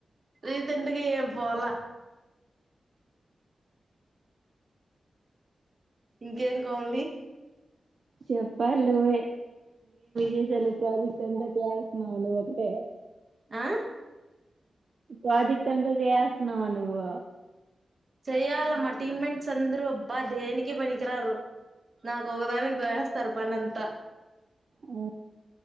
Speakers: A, on the right (about 35°); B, on the right (about 55°).
A: రీసెంట్గా ఏం పోవాల ఇంకేం కోమలి
B: చెప్పల పోవే ఇే చలో ప్రాజెక్ట్ అంతా క్స్ నను ఒకటే
A: ఆ
B: ప్రాజెక్ట్ అంత చేయాస్తున్నా నువు
A: చెయాలమ్ మా టీమ్మేట్స్ అందరూ అబ్బా దేనికి పనికిరారు నాకు ఒకదానికి దోస్తారు పని అంతా.
B: ఆ